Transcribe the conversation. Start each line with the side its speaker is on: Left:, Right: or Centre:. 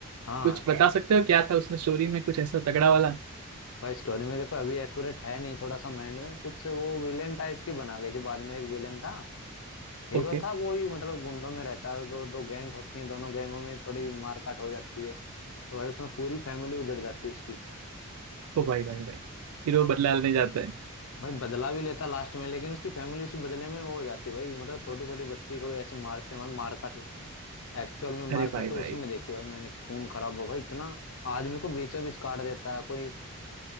Left: हाँ
Right: कुछ बता सकते हो क्या था उसमें स्टोरी में कुछ ऐसा तगड़ा वाला
Left: भाई स्टोरी में देखो अभी एक्यूरेट है नहीं थोड़ा सा माइंड में कुछ से वो विलेन टाइप की बना गई थी बाद में एक विलेन था हीरो
Right: ओके
Left: था वो ही मतलब गुंडों में रहता है तो दो गैंग होती है दोनों गैंगों में थोड़ी मारकाट हो जाती है तो भाई उसमें पूरी फैमिली उजड़ जाती है उसकी
Right: ओ भाई भाई भाई फिर वो बदला
Left: ओ,
Right: लेने जाता है
Left: भाई बदला भी लेता लास्ट में लेकिन उसकी फैमिली उसी बदले में वो हो जाती है भाई मतलब छोटी छोटी बच्ची को भी ऐसे मारते हैं भाई मारकाट एक्चुअल में
Right: अरे
Left: मारकाट
Right: भाई
Left: तो
Right: भाई
Left: उसी में देखी भाई मैंने खून खराब हो भाई इतना आदमी को बीचों बीच काट देता है कोई